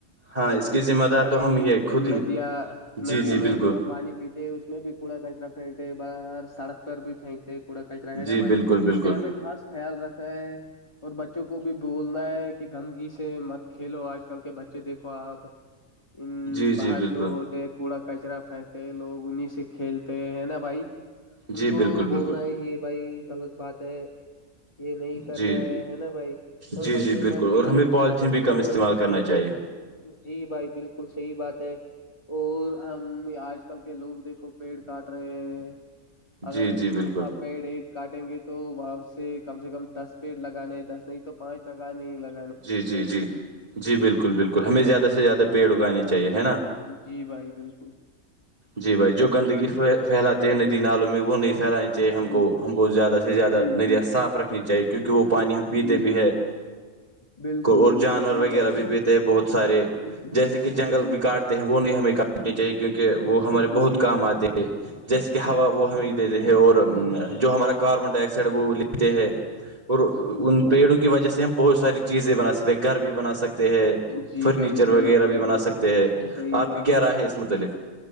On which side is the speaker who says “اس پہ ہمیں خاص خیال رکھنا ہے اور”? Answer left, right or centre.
Left